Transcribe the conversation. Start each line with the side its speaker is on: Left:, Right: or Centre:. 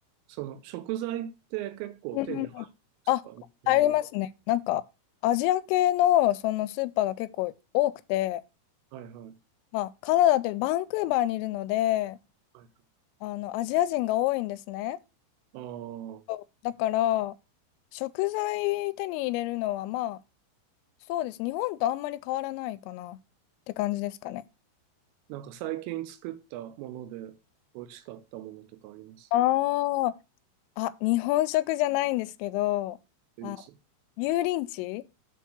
Right: その食材って結構手に入るんですか日本の。
Left: うん。あ、入りますね。なんか、アジア系のそのスーパーが結構多くて、
Right: はいはい。
Left: まあ、カナダってバンクーバーにいるので、
Right: はいはい。
Left: あの、アジア人が多いんですね。
Right: ああ、
Left: そうだから、食材手に入れるのは、まあ、そうです。日本とあんまり変わらないかなって感じですかね。
Right: なんか最近作ったもので美味しかったものとかあります
Left: ああ、あ、日本食じゃないんですけど、あ、
Right: いいですよ。
Left: 油淋鶏